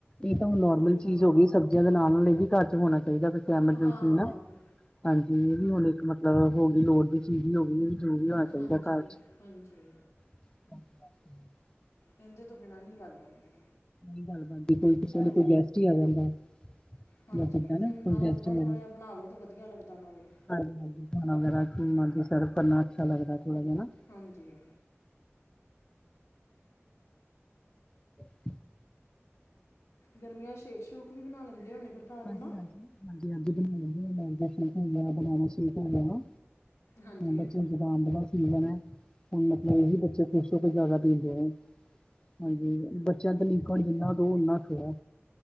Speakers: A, on the left (about 20°); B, on the left (about 85°).
A: ਇਹ
B: ਨਿਊਟਰੀ
A: ਤਾਂ ਹੁਣ ਨੋਰਮਲ ਚੀਜ਼
B: ਬਣ
A: ਹੋ ਗਈ। ਸਬਜ਼ੀਆਂ ਦੇ ਨਾਲ‌- ਨਾਲ ਇਹ ਵੀ ਘਰ 'ਚ ਹੋਣਾ ਚਾਹੀਦਾ ਕਿਤੇ ਐਮਰਜੈਂਸੀ
B: ਹਾਂ
A: ਨਾ ਹਾਂਜੀ ਇਹ ਵੀ ਹੁਣ ਅ ਹੋ ਗਈ ਲੋੜ ਦੀ ਚੀਜ਼ ਹੀ ਹੋ ਗਈ। ਜ਼ਰੂਰੀ ਹੋਣਾ ਚਾਹੀਦਾ
B: ਹਾਂਜੀ-
A: ਘਰ ਚ
B: ਹਾਂਜੀ
A: <inaudible>
B: ਐਂਦੇ ਤੋਂ ਬਿਨਾਂ ਨੀ ਗੱਲ ਬਣਦੀ।
A: ਨੀ ਗੱਲ ਬਣਦੀ ਕੋਈ ਕਿਸੇ
B: ਹਾਂ
A: ਦੇ ਕੋਈ ਗੈਸਟ ਹੀ ਆ ਜਾਂਦਾ।
B: ਹਾਂਜੀ
A: ਜਾਂ ਕਿੱਦਾਂ ਨਾ
B: ਫੇਰ ਨਾਲ
A: ਕੋਈ ਗੈਸਟ
B: ਦੁਦਾ
A: ਵਗੈਰਾ
B: ਥੋੜ੍ਹਾ ਜਿਹਾ ਬਣਾ ਲਉ ਤਾਂ ਵਧੀਆ ਲੱਗਦਾ ਨਾਲੇ।
A: ਹਾਂਜੀ ਹਾਂਜੀ ਖਾਣਾ ਵਗੈਰਾ
B: ਹੂੰ
A: ਮਤਲਬ ਸਰਵ ਕਰਨਾ ਅੱਛਾ ਲੱਗਦਾ ਥੋੜਾ ਜਿਹਾ ਨਾ।
B: ਹਾਂਜੀ
A: <unintelligible>
B: ਗਰਮੀਆਂ ਚ ਸੇ਼ਕ -ਸ਼ੂਕ ਵੀ, ਬਣਾ ਲੈਂਦੇ ਹੋਣੇ ਫੇਰ ਘਰ ਹੈਨਾ?
A: ਹਾਂਜੀ ਹਾਂਜੀ ਹਾਂਜੀ -ਹਾਂਜੀ, ਬਣਾ ਲੇਂਦੇ ਐ, ਮੈਂਗੋ ਸੇ਼ਕ ਹੋ ਗਿਆ, ਬਨਾਨਾ ਸੇ਼ਕ ਹੋ ਗਿਆ
B: ਹਾਂਜੀ
A: ਬੱਚੇ ਨੂੰ ਜੁਕਾਮ ਦਾ <unintelligible> ਸੀਜ਼ਨ ਹੈ, ਹੁਣ ਮਤਲਬ, ਇਹੀ ਬੱਚੇ ਖੁਛ ਹੋ ਕੇ ਜ਼ਿਆਦਾ ਪੀਂਦੇ ਹਨ। ਹਾਂਜੀ ਬੱਚਿਆਂ ਨੂੰ ਤਾਂ ਲੀਕਵੇਡ ਜਿੰਨਾ ਦੋ, ਓਨਾ ਥੋੜ੍ਹਾ